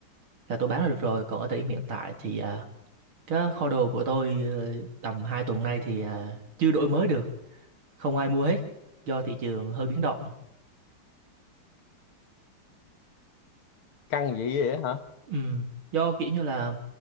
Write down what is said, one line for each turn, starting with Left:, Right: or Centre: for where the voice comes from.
Right: là tôi bán là được rồi. Còn ở thời điểm hiện tại thì ờ, cái kho đồ của tôi ờ, tầm 2 tuần nay thì ờ, chưa đổi mới được, không ai mua hết do thị trường hơi biến động.
Left: Căng vậy vậy hả?
Right: Ừ, do kiểu như là